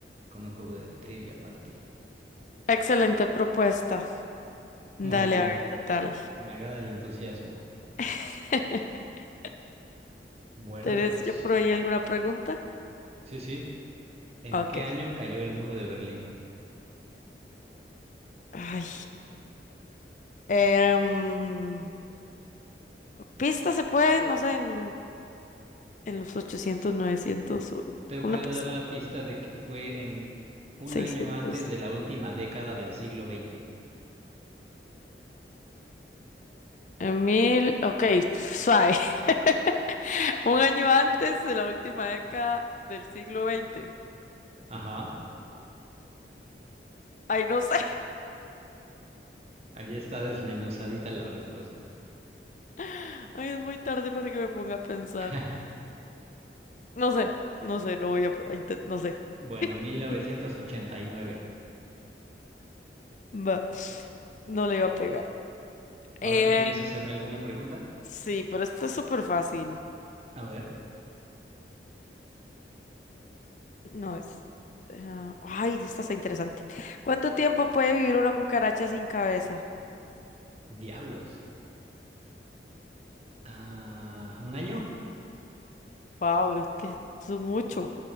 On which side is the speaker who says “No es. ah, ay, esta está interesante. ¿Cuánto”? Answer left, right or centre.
Left